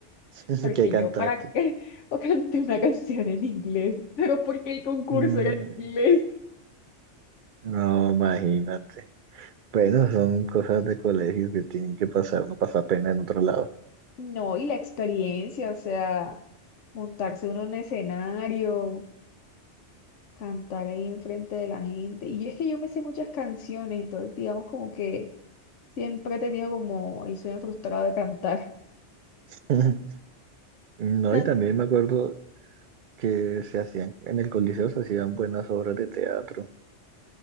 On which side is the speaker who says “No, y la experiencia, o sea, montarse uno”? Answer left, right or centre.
Left